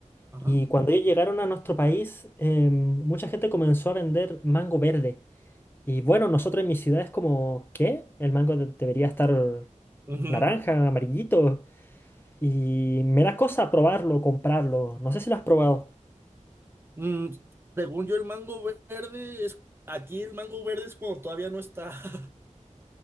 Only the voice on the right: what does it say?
ajá.
Ujú.
Mm, según yo, el mango verde es. Aquí el mango verde es cuando todavía no está. <laughs>